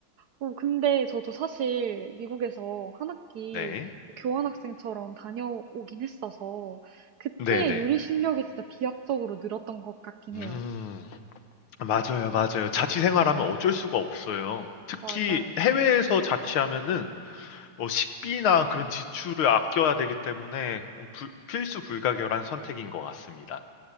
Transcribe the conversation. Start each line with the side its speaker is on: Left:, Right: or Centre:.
Right: 어, 근데 저도 사실 미국에서 한 학기
Left: 네.
Right: 교환학생처럼 다녀오긴 했어서 그때
Left: 네네.
Right: 요리 실력이 진짜 비약적으로 늘었던 것 같긴
Left: 음
Right: 해요.
Left: 맞아요 맞아요. 자취 생활하면 어쩔 수가 없어요. 특히
Right: 맞아요.
Left: 해외에서 자취하면은 어, 식비나 그런 지출을 아껴야 되기 때문에 어, 불- 필수 불가결한 선택인 것 같습니다.